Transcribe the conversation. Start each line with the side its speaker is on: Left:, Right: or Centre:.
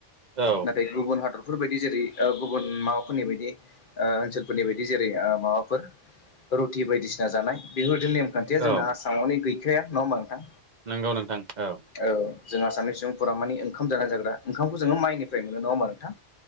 Right: औ
Left: नाथाय गुबुन हादरफोर बायदि जेरै ओ गुबुन माबाफोरनि बायदि ओ ओनसोलफोरनि बायदि जेरै ओ माबाफोर रुटि बायदिसिना जानाय बेफोरबादि नेम खान्थिया जोंना
Right: औ
Left: आसा मावनो गैखाया नङा होमबा नोंथां।
Right: नंगौ नोंथां औ।
Left: औ जोंहा आसामनि सुबुंफोरा मानि ओंखाम जानाय जाग्रा ओंखामखौ जोङो माइनिफ्राय मोनो नङा होमबा नोंथां।